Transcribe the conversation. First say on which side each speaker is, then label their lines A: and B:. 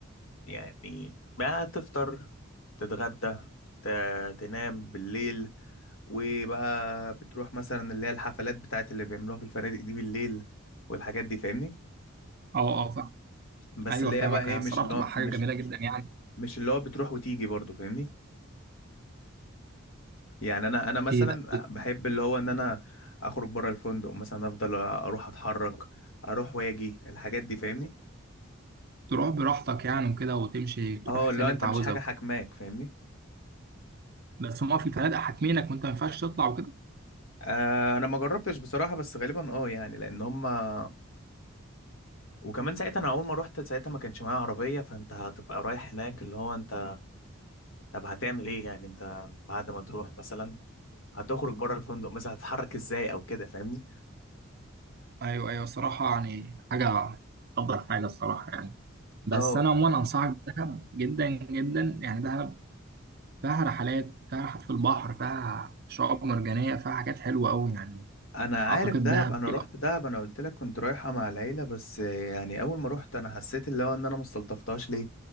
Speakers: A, on the left; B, on the right.
A: يعني ما تفطر تتغدى ت- تنام بالليل وبقى بتروح مثلا اللي هي الحفلات بتاعت اللي بيعملوها في الفنادق دي بالليل والحاجات دي فاهمني
B: اه اه فاهم
A: بس
B: ايوه
A: اللي
B: فاهمك
A: هي بقى ايه
B: هي الصراحه
A: مش اللي
B: بتبقى
A: هو مش
B: حاجه جميله جدا يعني
A: مش اللي هو بتروح وتيجي برضه فاهمني يعني انا انا مثلا
B: اكيد اكيد
A: بحب اللي هو ان انا اخرج بره الفندق مثلا افضل اروح اتحرك اروح واجي الحاجات دي فاهمني
B: تروح براحتك يعني وكده وتمشي تروح
A: اه
B: الحتة
A: اللي
B: اللي
A: هو انت
B: انت
A: مش
B: عاوزها
A: حاجه حاكماك فاهمني
B: بس هما في فنادق حاكمينك وانت ما ينفعش تطلع وكده
A: آه انا ما جربتش بصراحه بس غالبا اه يعني لان هما وكمان ساعتها انا اول ما روحت ساعتها ما كانش معايا عربيه فانت هتبقى رايح هناك اللي هو انت طب هتعمل ايه يعني انت بعد ما تروح مثلا هتخرج بره الفندق مثلا هتتحرك ازاي او كده فاهمني
B: ايوه ايوه الصراحه يعني حاجه افضل حاجه الصراحه يعني بس
A: اه
B: انا عموما انصحك بدهب جدا جدا يعني دهب فيها رحلات فيها رحلات في البحر فيها شعاب مرجانية فيها حاجات حلوة أوي يعني
A: انا
B: أعتقد
A: عارف دهب
B: دهب
A: انا
B: بيبقى
A: رحت دهب انا قلت لك كنت رايحه مع العيله بس يعني اول ما رحت انا حسيت اللي هو ان انا ما استلطفتهاش ليه